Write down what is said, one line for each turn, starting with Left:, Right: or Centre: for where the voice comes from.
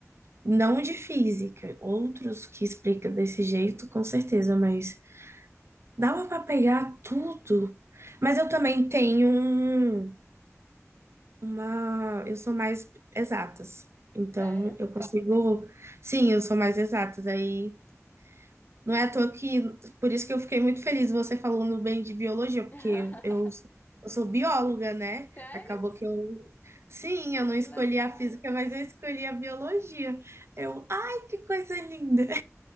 Right: Não de física, outros que explicam desse jeito, com certeza, mas dava pra pegar tudo. Mas eu também tenho um- uma, eu sou mais exatas. Então,
Left: Sério?
Right: eu consigo, sim, eu sou mais exatas aí Não é à toa que, por isso que eu fiquei muito feliz você falando bem de biologia, porque
Left: <laughs>
Right: eu, eu, eu sou bióloga, né?
Left: Sério?
Right: Acabou que eu, sim, eu não
Left: Que
Right: escolhi
Left: legal!
Right: a física, mas eu escolhi a biologia. Eu, ai, que coisa linda! <laughs>